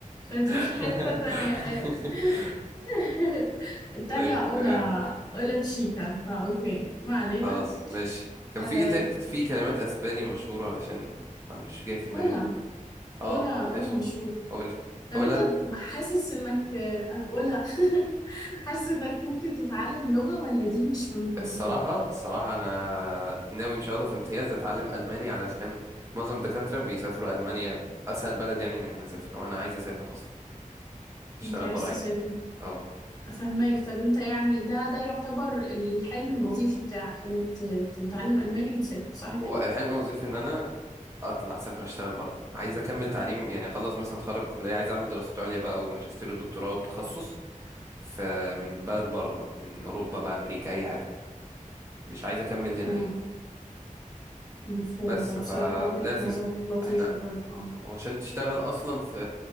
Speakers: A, on the left; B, on the right.
A: فدي
B: <laughs>
A: في حتة ثانية ايوه <laughs> التانية
B: طيب
A: أولا
B: تمام
A: أولا تشيكا فأوكي ما علينا
B: خلاص ماشي كان
A: آه،
B: في تا- في كلمات اسباني مشهورة عشان انا مش جاي في دماغي
A: أولا
B: دلوقتي اه
A: أولا أولا
B: ماشي
A: مشهور
B: قول
A: طب
B: قول
A: أنت حاسس إنك آه، أولا <laughs> حاسس إنك ممكن تتعلم لغة ولا دي مش من مخططاتك؟
B: الصراحة الصراحة أنا ناوي إن شاء الله في امتياز أتعلم ألماني علشان معظم الدكاترة بيسافروا ألمانيا أسهل بلد يعني إن إحنا نسافر وأنا عايز أسافر أصلا أشتغل
A: أنت عايز
B: برا
A: تسافر
B: يعني. أه
A: فهماك طب انت يعني ده ده يعتبر الحلم الوظيفي بتاعك انك ت- تتعلم الماني وتسافر صح كده؟
B: هو حلمي وظيفي إن أنا أطلع أسافر أشتغل برا عايز أكمل تعليم يعني أخلص مثلا أتخرج كلية عايز أعمل دراسات عليا بقى والماجستير والدكتوراه والتخصص ف من بلد برا بقى من أوروبا بقى أمريكا أي حاجة مش عايز أكمل هنا
A: امم
B: يعني
A: مفهوم
B: بس
A: هو بصراحة
B: فلازم
A: وجهة نظر لطيفة
B: إحنا
A: برضه اه
B: وعشان تشتغل أصلا في